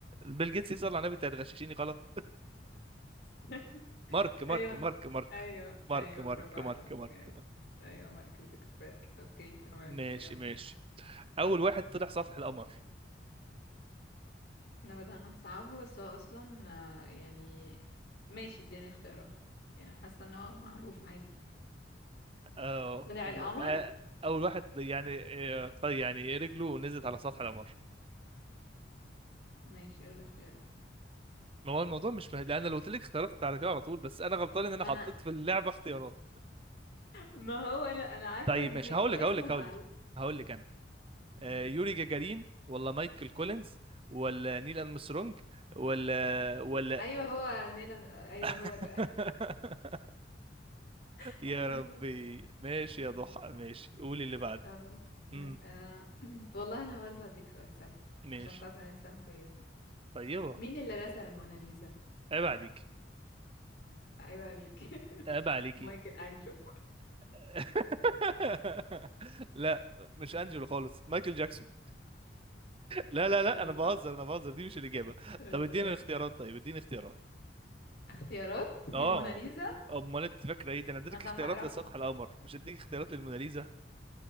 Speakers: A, on the right (about 30°); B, on the left (about 60°).
A: بيل جيتس يسأل على النبي تغششيني غلط
B: <laughs>
A: مارك مارك
B: ايوه
A: مارك مارك
B: ايوه
A: مارك
B: ايوه برافو
A: مارك
B: عليك
A: مارك مارك
B: ايوه
A: مارك
B: ايوه مارك زوكربيرج اوكي تمام
A: ماشي
B: يلا
A: ماشي اول واحد طلع سطح القمر
B: احنا بدأنا نصعبها بس هو اصلا آه، يعني ماشي اديني اختيارات يعني حاسه ان هو معروف عادي
A: اه
B: طلع القمر
A: آه، اول واحد يعني آه، طيب يعني رجله نزلت على سطح القمر
B: ماشي قول اختيارات
A: ما هو الموضوع مش مه... لان لو قلت لك اختيارات هتعرفيها على طول بس انا غلطان ان انا
B: ما
A: حطيت
B: انا
A: في اللعبه اختيارات
B: ما هو انا انا عارفه
A: طيب
B: ان
A: ماشي
B: هي
A: هقول
B: هو
A: لك
B: اسمه
A: هقول لك
B: معروف
A: هقول لك هقول لك انا
B: مم.
A: آه، يوري جاجارين ولا مايكل كولينز ولا نيل أرمسترونج ولا ولا
B: ايوه هو نيلان ايوه
A: <laughs>
B: هو ده <laughs>
A: يا
B: هو نيلان
A: ربي
B: ستراونج.
A: ماشي يا ضحى ماشي قولي اللي بعده
B: خلاص مي-
A: امم
B: آه. <clears throat> والله انا برضو هديك سؤال سهل
A: ماشي
B: عشان تعرف ان انا انسانه كويسه
A: طيبة
B: مين اللي رسم الموناليزا
A: عيب عليك
B: عيب عليك <laughs>
A: عيب عليكي
B: مايكل انجلو <laughs>
A: <laughs> لا مش انجلو خالص مايكل جاكسون لا لا
B: بالظبط
A: لا انا بهزر انا بهزر دي مش الاجابه
B: بالظبط.
A: طب اديني الاختيارات طيب اديني اختيارات
B: اختيارات للموناليزا
A: اه امال انت فاكره ايه ده انا اديتك
B: ما انت
A: اختيارات
B: هتعرفها
A: لسطح القمر مش اديك اختيارات للموناليزا